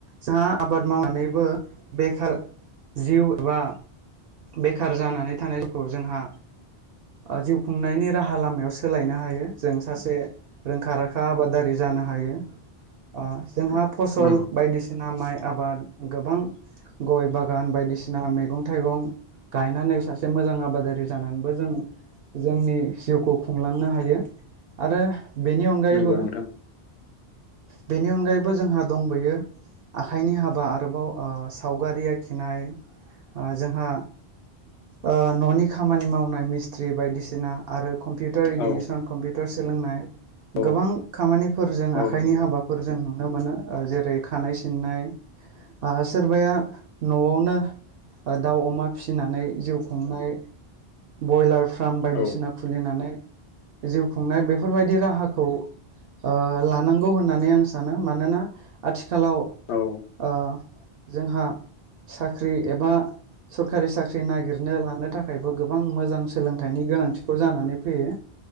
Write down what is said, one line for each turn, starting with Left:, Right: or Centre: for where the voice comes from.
Right: जोंहा आबाद माव नानैबो बेखार जिउ एबा बेखार जानानै थानायफोरखौ जोंहा ओ जिउ खुंनायनि राहा लामायाव सोलायनो हायो जों सासे रोंखा राखा आबादारि जानो हा हायो ओ जोंहा फसल
Left: नंगौ
Right: बायदि सिना माइ आबाद गोबां गय बागान बायदिसिना मैगं थाइगं गायनानै सासे मोजां आबादारि जानानैबो जों जोंनि जिउखौ खुंलांनो हायो आरो बेनि अनगायैबो
Left: नंगौ नोंथां
Right: बेनि अनगायैबो जोंहा दंबोयो। आखाइनि हाबा आरोबाव ओ सावगारि आखिनाय ओ जोंहा ओ न'नि खामानि मावनाय मिस ट्रि बायदिसिना आरो कम्पिउटार इडुकेसन
Left: औ
Right: कम्पिउटार सोलोंनाय
Left: औ
Right: गोबां खामानिफोरजों
Left: औ
Right: आखाइनि
Left: नंगौ
Right: हाबाफोर जों नुनो मोनो ओ जेरै खानाय सिननाय ओ सोरबाया न'आवनो दाउ अमा फिसिनानै जिउ खुंनाय ब्रयलार फार्म बायदिसिना
Left: औ
Right: खुलिनानै जिउ खुंनाय बेफोरबायदि राहा खौ ओ लानांगौ होननानै आं सानो मानोना आथिखालाव ओ
Left: औ
Right: जोंहा साख्रि एबा सरखारि साख्रि नागिरनो लानो थाखायबो गोबां मोजां सोलों थायनि गोनांथिखौ जानानै फैयो।